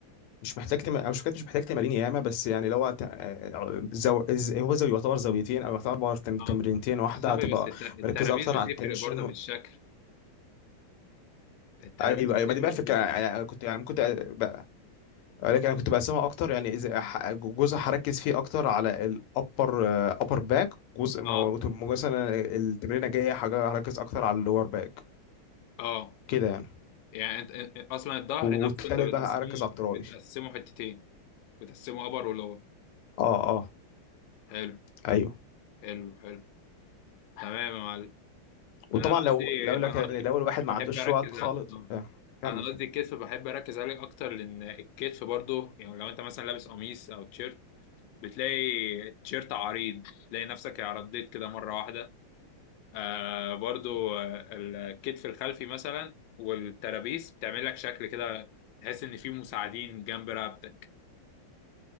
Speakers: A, on the left (about 90°); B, on the left (about 75°).
A: مش محتاج تم... أو مش محتاج مش محتاج تمارين ياما بس يعني لو هت... زو... ز- هو زو يعتبر زاويتين او يعتبر تم... تمرينتين
B: اه
A: واحده
B: يا صاحبي
A: هتبقى
B: بس الت- الترابيز
A: مركز اكتر
B: بتفرق
A: على التنشن
B: برضه في الشكل الترابيز
A: ايوه
B: بتفرق
A: ايوه ما دي بقى الفكره
B: بت...
A: يعني أنا كنت يعني كنت بقى لكن انا كنت بقسمها اكتر يعني اذا ح- جزء هركز فيه اكتر على الابر ابر باك جزء ما-
B: اه
A: مثلا التمرينه جايه هركز اكتر على اللور باك
B: اه
A: كده يعني
B: يعني انت أنت- اصلا الظهر
A: والتالت
B: نفسه انت بتقسمه
A: بقى اركز على الطراويش
B: بتقسمه حتتين بتقسمه ابر ولور
A: اه اه
B: حلو
A: ايوه
B: حلو حلو تمام يا معلم
A: وطبعا
B: انا قصدي
A: لو لو لك
B: انا
A: يعني لو
B: قصدي
A: الواحد ما
B: بحب
A: عندوش
B: اركز
A: وقت خالص
B: على آه.
A: آه. كمل
B: انا
A: كمل
B: قصدي الكتف بحب اركز عليه اكتر لان الكتف برضه يعني لو انت مثلا لابس قميص او تيشيرت بتلاقي تيشيرت عريض تلاقي نفسك عرضيت كده مره واحده آه برضو آه، الكتف الخلفي مثلا والترابيس بتعمل لك شكل كده تحس ان في مساعدين جنب رقبتك